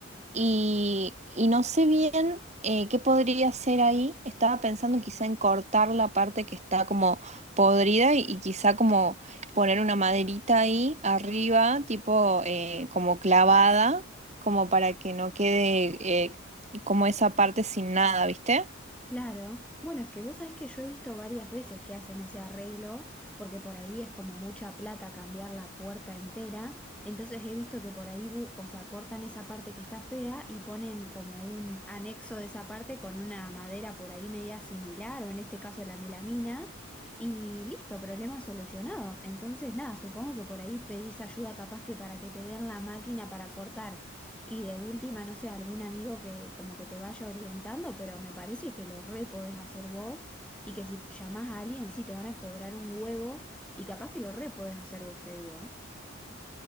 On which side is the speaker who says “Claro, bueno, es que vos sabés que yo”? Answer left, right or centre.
Centre